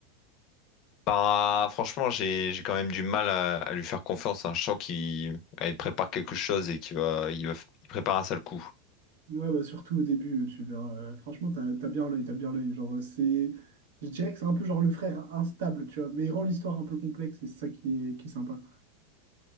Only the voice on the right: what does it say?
Ouais, bah surtout au début, tu verras. euh, franchement, t'as, t'as bien l'œil, t'as bien l'œil. Genre, c'est. Je dirais que c'est un peu genre le frère instable, tu vois, mais il rend l'histoire un peu complexe et c'est ça qui est, qui est sympa.